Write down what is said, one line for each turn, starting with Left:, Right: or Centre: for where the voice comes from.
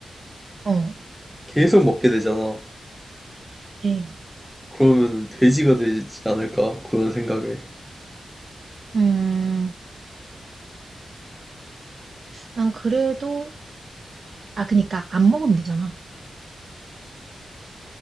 Right: 어.
Centre: 계속 먹게 되잖아.
Right: 예.
Centre: 그러면 돼지가 되지 않을까 그런 생각에.
Right: 음, 난 그래도, 아, 그니까 안 먹으면 되잖아.